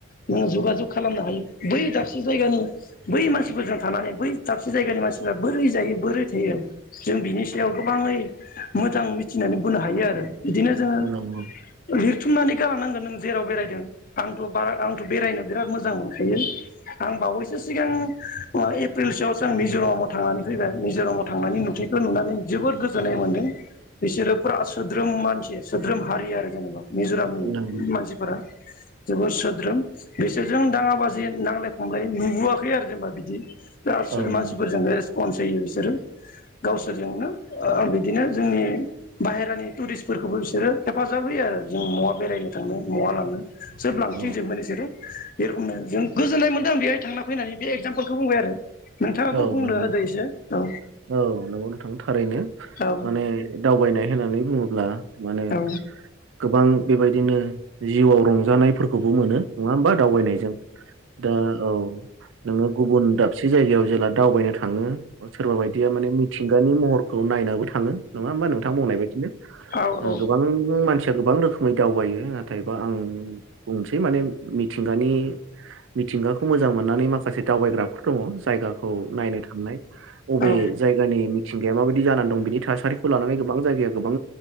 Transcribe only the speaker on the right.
नंगौ
नंगौ
औ
नंगौ
औ
औ
नंगौ
थां
औ नंगौ नोंथां थारैनो
माने दावबायनाय होननानै बुङोब ब्ला माने
गोबां बेबायदिनो जिउआव रंजानायफोरखौबो मोनो नङा होमबा दावबायनायजों दा औ नोंङो गुबुन दाब से जायगायाव जेला दावबायनो थांङो सोरबा बायदिया माने मिथिंगानि महर खौ नायनाबो थाङो नङा होमबा नोंथां बुंनाय बायदिनो
ओ गोबां मानसि गोबां रोखोमै दावायो नाथायबा आं बुंनोसै माने मिथिगानि मिथिंगाखौ मोजां मोननानै माखासे दावबायग्राफोर दङ जाय खौ नायनो थांनाय
अबे
जायगानि मिथिंगाया माबायदि बि जानानै दं बिनि थासारिखौ लानानै गोबां जाय गोबां